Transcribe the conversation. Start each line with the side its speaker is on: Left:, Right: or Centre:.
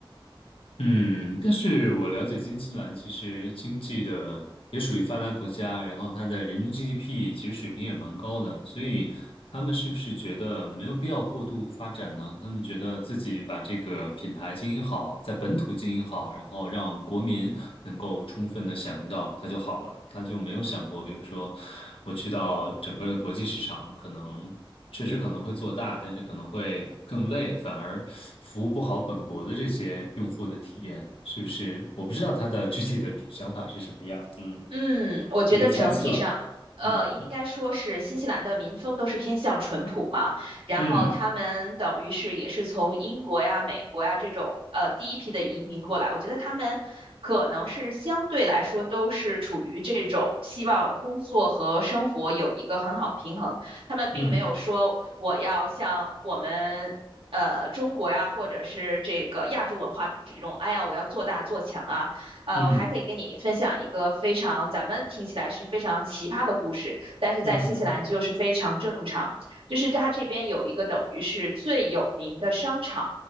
Left: 嗯，但是我了解新西兰其实经济的也属于发达国家，然后它的人均 GDP 其实水平也蛮高的，所以他们是不是觉得没有必要过度发展呢？他们觉得自己把这个品牌经营好，在本土经营好，然后让国民能够充分的享用到它就好了，他就没有想过，比如说我去到整个的国际市场，可能。确实可能会做大，但是可能会更累，反而服务不好本国的这些用户的体验，是不是？我不知道他的具体的想法是什么样，嗯，
Right: 嗯，我觉得整体上，
Left: 一个猜测，
Right: 呃，
Left: 嗯
Right: 应该说是新西兰的民风都是偏向淳朴嘛，然后他们等于是也是从英国呀、
Left: 嗯
Right: 美国呀这种呃第一批的移民过来，我觉得他们可能是相对来说都是处于这种希望工作和生活有一个很好的平衡，他们并没有说我要像我们。
Left: 嗯
Right: 呃，中国呀，或者是这个亚洲文化这种，哎呀，我要做大做强啊，呃，
Left: 嗯
Right: 我还可以跟你分享一个非常咱们听起来是非常奇葩的故事，但是在新西兰就是非常正常。
Left: 嗯哼，
Right: 就是它这边有一个等于是最有名的商场，